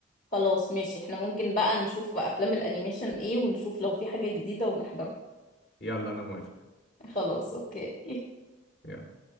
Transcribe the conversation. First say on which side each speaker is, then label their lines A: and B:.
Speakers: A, on the left; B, on the left.
A: خلاص ماشي احنا ممكن بقى نشوف أفلام الأنيميشن إيه ونشوف لو في حاجة جديدة ونحضرها
B: يلا انا موافق
A: خلاص أوكي
B: يلا.